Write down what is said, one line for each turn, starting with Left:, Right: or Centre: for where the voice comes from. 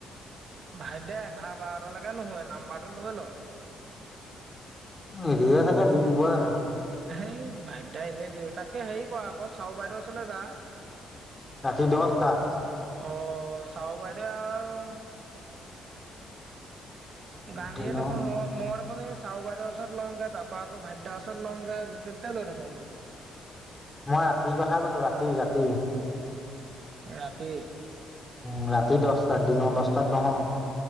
Right: ভাইতদাই এঘাৰ বাৰটা লাগে নোশুৱে, নাম্বাৰটো লৈ ল।
Left: নিদিয়ে চাগে, দি দিব জানো?
Right: সেই ভাইতদা এনেই দি দিব, তাতকে হেৰি কৰা আক চাও বাইদেউ ওচৰলে যা।
Left: ৰাতি দছটাত।
Right: অ, চাও বাইদেউ আও
Left: দিনৰ
Right: গান্ধীয়ে দেখোন ম মৰ চাও বাইদেউৰ ওচৰত লওঁগে, তাৰ পৰা আকৌ ভাইতদাৰ ওচৰত লওঁগে, যতে ততে লৈ থাকো।
Left: মই ৰাতিৰ কথা কৈছো ৰাতি ৰাতি।
Right: ৰাতি?
Left: উম ৰাতি দছটাত, দিনৰ দছটাত নহয়।